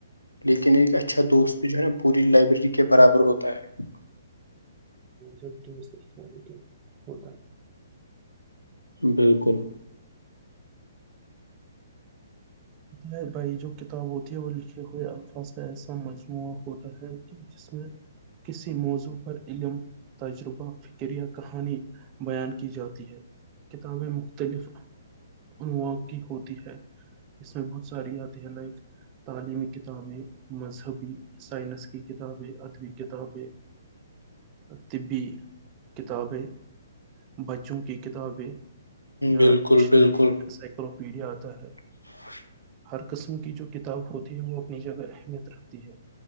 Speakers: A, on the left; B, on the right.
A: لیکن ایک اچھا دوست جو ہے نا پوری لائبریری کے برابر ہوتا ہے
B: جب دوست ہوتا ہے <inaudible>
A: بالکل
B: پتا ہے بھائی جو کتاب ہوتی ہے وہ لکھے ہوئے الفاظ کا ایسا مجموعہ ہوتا ہے کہ ج میں کسی موضوع پر علم تجربہ فکرہ کہانی بیان کی جاتی ہے کتابیں مختلف اننواع کی ہوتی ہے اس میں بہت ساری آتی ہے لائک تعلیمی کتابیں مذہبی سائنس کی کتابیں ادبی کتابیں طبی کتابیں بچوں کی کتابیں یا
A: بالکل
B: ڈکشنری
A: بالکل
B: انسائکلوپیڈیا آتا ہے
A: <inaudible>
B: ہر قسم کی جو کتاب ہوتی ہے وہ اپنی جگہ اہمیت رکھتی ہے